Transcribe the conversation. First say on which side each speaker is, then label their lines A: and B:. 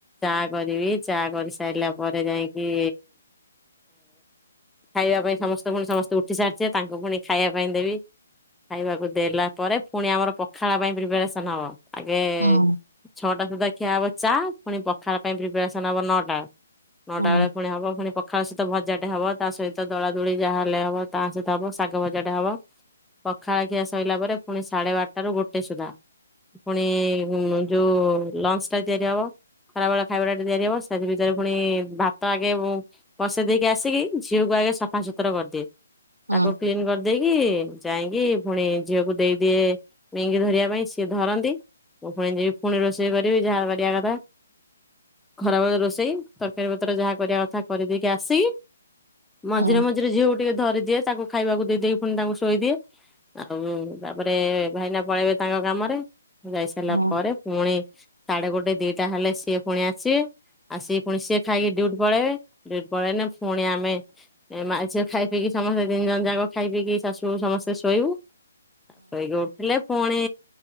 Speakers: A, in the centre; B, on the right (about 85°).
A: ଚା କରିବି ଚା କରିସାରିଲା ପରେ ଯାଇକି ଖାଇବା ପାଇଁ ସମସ୍ତେ ପୁଣି ସମସ୍ତେ ଉଠି ସାରିଛେ ତାଙ୍କୁ ପୁଣି ଖାଇବା ପାଇଁ ଦେବି। ଖାଇବାକୁ ଦେଲା ପରେ ପୁଣି ଆମର ପଖାଳ ପାଇଁ ପ୍ରିପାରେସନ ହବ। ଏବେ
B: ହୁଁ ହୁଁ
A: ଛଅଟା ସୁଦ୍ଧା ଖିଆ ହବ ଚା ପୁଣି ପଖାବା ପାଇଁ ପ୍ରିପାରେସନ ହବ ନଅଟା। ନଅଟା
B: ହୁଁ
A: ବେଳେ ପୁଣି ହବ ପୁଣି। ଖାଳ ସହିତ ଭଜାଟେ ହବ ତା ସହିତ ଦଳା ଦୋଳି ଯାହା ହେଲେ ହବ ତା ସହିତ ହବ ଶାଗ ଭଜାଟା ହବ। ପଖାଳଖିଆ ସରିଲା ପରେ ପୁଣି ସାଢେ ବାରଟା ରାରୁ ଗୋଟେ ସୁଦ୍ଧା। ପୁଣି ଯୋଉ ଲଞ୍ଚ ଟା ତିଆରି ହବ। ଖରାବେଳେ ଖାଇବା ଟାେ ତିଆରି ହବ ସେଥି ଭିତରେ ପୁଣି ଭାତ ଆଗେ ଉଁ ବସେଇ ଦେଇକି ଆସିକି ଝିଅକୁ ଆଗେ ସଫାସତୁରା କରିଦିଏ
B: ହୁଁ
A: ତାକୁ କ୍ଲିନ କରି ଦେଇକି ଯାଇକି ପୁଣି ଝିଅକୁ ଦେଇଦିଏ ମେଙ୍ଗି ଧରିବା ପାଇଁ ସିଏ ଧରନ୍ତି ମୁ ପୁଣି ଯିବି ପୁଣି ରୋଷେଇ କରିବି ଯାହା କରିବା କଥା। ଖରାବେଳ ରୋଷେଇ ତରକାରୀ ପତ୍ର ଯାହା କରିବା କଥା କରିଦେଇକି ଆସି ମଝିରେ
B: ହୁଁ
A: ମଝିରେ ଝିଅକୁ ଟିକେ ଧରିଦିଏ ତାଙ୍କୁ ଖାଇବାକୁ ଦେଇଦେଇ ପୁଣି ତାଙ୍କୁ ଶୋଇଦିଏ। ଆଉ ତାପରେ ଭାଇନା ପଳେଇବେ ତାଙ୍କ କାମରେ। ଯାଇ ସାରିଲା
B: ହୁଁ
A: ପରେ ପୁଣି ସାଢେ ଗୋଟେ ଦିଟା ହେଲେ ସିଏ ପୁଣି ଆସିବେ। ଆ ସି ପୁଣି ସିଏ ଖାଇକି ଡିଉଟ୍ ପଳେଇବେ ଡିଉଟି ପଳେଇଲେ ପୁଣି ଆମେ ଏ ମାଆ ଝିଅ ଖାଇ ପିକି ସମସ୍ତେ ତିିନଜଣ ଯାକ ଖାଇ ପିଇକି ଶାଶୁ ସମସ୍ତେ ଶୋଇବୁ ଆଉ ଶୋଇକି ଉଠିଲେ ପୁଣି